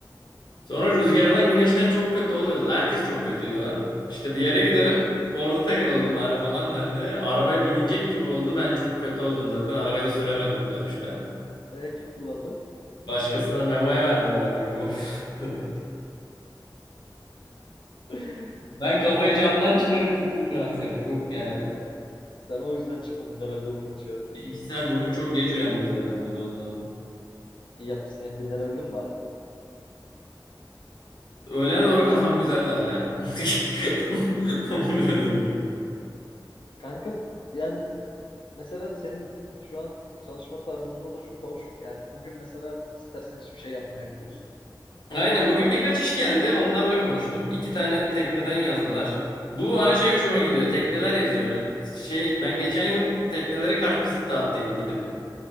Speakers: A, on the left; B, on the left.
A: Sonra rüzgardan güneşten çok kötü oluyoruz. Herkes çok kötüydü o an. İşte bir yere gidelim orada takılalım bari falan dendi. Arabaya binilecek gibi oldu. Ben çok kötü oldum zaten. Arabayı da süremedim dönüşte.
B: E kim kullandı?
A: Başkasına Memo'ya verdim arabayı Memo. <laughs>
B: <laughs>
A: Ben
B: Ee,
A: kafayı camdan çıkarıp gittim kanka. Çok yani.
B: Sen o yüzden çıkmadın herhalde bugün dışarı.
A: Bir iki saat bugün çok geç uyandım zaten bir de ondan.
B: İyi yapmışsın ya. Dinlenebildin mi bari?
A: Öğlene doğru kafam güzeldi hala. <laughs> 11-12 gibi.
B: Kanka yani mesela senin şu an çalışma tarzında da şu hoş. Yani bugün mesela istersen hiçbir şey yapmayabiliyorsun. Ama
A: Aynen
B: ben
A: bugün birkaç iş geldi. Onlarla konuştum. İki tane tekneden yazdılar. Bu ara şey hoşuma gidiyor. Tekneler yazıyor. Ben, şey, ben geçen yıl teknelere kartvizit dağıttıydım gidip.